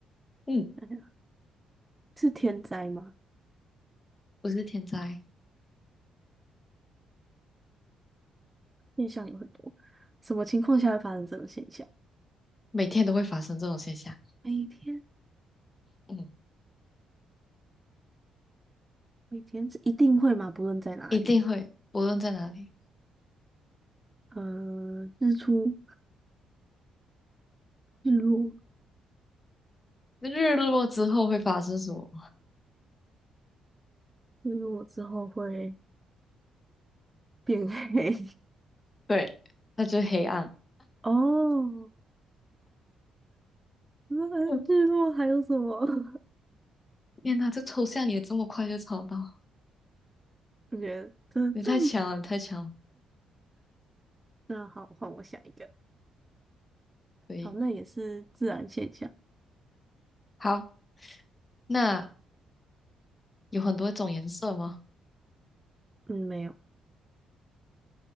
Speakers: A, on the left (about 25°); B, on the right (about 15°).
A: 嗯，
B: 想想是天灾吗？
A: 不是天灾，
B: 现象有很多，什么情况下会发生这种现象？
A: 每天都会发生这种现象，
B: 每天，
A: 嗯，
B: 每天是一定会吗？不论在哪里，
A: 一定会，无论在哪里。
B: 呃，日出、日落，
A: 日落之后会发生什么？
B: 日落之后会变黑。
A: 对，它就是黑暗。
B: <laughs> 哦，那日落还有什么？
A: 嗯
B: <laughs>
A: 天哪，这抽象你也这么快就抄到，
B: 我觉得这这，
A: 你太强了，你太强了。
B: 那好，换我想一个。
A: 可以，
B: 好，那也是自然现象。
A: 好，那有很多种颜色吗？
B: 嗯，没有。